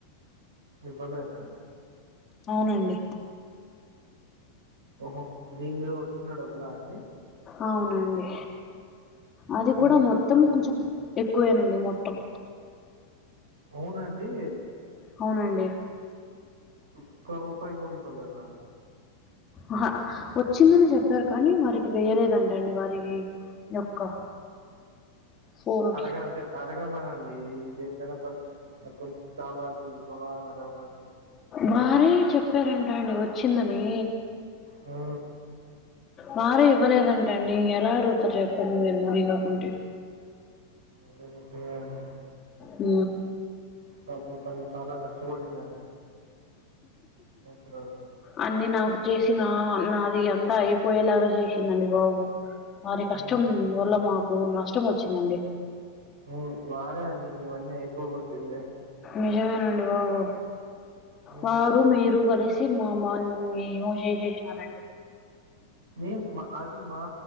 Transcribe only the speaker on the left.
అవునండి
అవునండి అది కూడా
మొత్తం
కొంచెం ఎక్కువేనండి మొట్టం
అవునండి
ఆహా వచ్చిందని చెప్పారు కానీ వారికి వేయలేదంటండి వారికి యొక్క ఫోనుకి
వారే చెప్పారంటండి వచ్చిందని
వారే ఇవ్వలేదంటండి ఎలా అడుగుతారు చెప్పండి మీరు మరీ కాకుంటే
ఊ
అన్నీ నాకు చేసిన నాది అంతా అయిపోయేలాగా చేసిందండి బాబు వారి కష్టం
వల్ల మాకు నష్టం వచ్చిందండి
నిజమేనండి బాబు
వారు మీరు కలిస్ చి మా మాని ఏమో చేసేసినారండి